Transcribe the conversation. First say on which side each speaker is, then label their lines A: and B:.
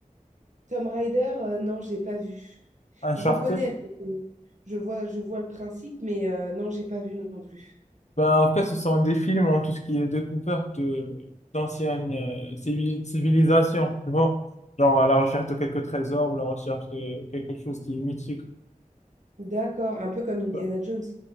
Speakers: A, on the right; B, on the left.
A: Tomb Raider, euh, non, j'ai pas vu.
B: Uncharted,
A: Je connais, euh, je vois, je vois le principe, mais euh, non, j'ai pas vu non plus.
B: Ben, en fait, ce sont des films en tout ce qui est découverte euh, d'anciennes euh, civili- civilisations, tu vois. Genre à la
A: Ok,
B: recherche de quelques trésors ou la recherche de quelque chose qui est mythique.
A: d'accord, un peu comme Indiana
B: Ben,
A: Jones.